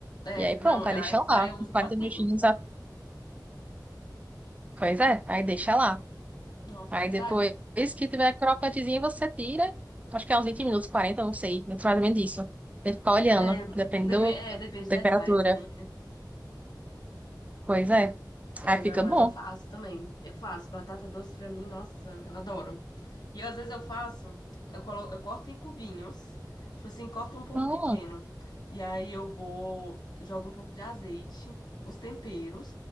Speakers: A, on the left (about 65°); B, on the right (about 20°).
A: É,
B: E aí
A: não,
B: pronto,
A: a
B: aí deixa
A: airfryer
B: lá,
A: eu uso
B: 40
A: pra tudo.
B: minutinhos. a- Pois é, aí deixa lá.
A: Nossa,
B: Aí
A: é verdade.
B: depois que tiver crocantezinho, você tira. Acho que é uns 20 minutos, 40, não sei. Muito mais ou menos isso. Tem que ficar olhando,
A: É,
B: depende
A: depe-
B: do-
A: é, depende
B: da temperatura.
A: da airfryer também, né?
B: Pois é.
A: É,
B: Aí
A: não,
B: fica
A: mas
B: bom.
A: eu faço também. Eu faço batata doce pra mim, nossa, eu adoro. E às vezes eu faço, eu colo, eu corto em cubinhos, tipo assim, corto um pouco
B: Hum,
A: pequeno. E aí eu vou, jogo um pouco de azeite, os temperos,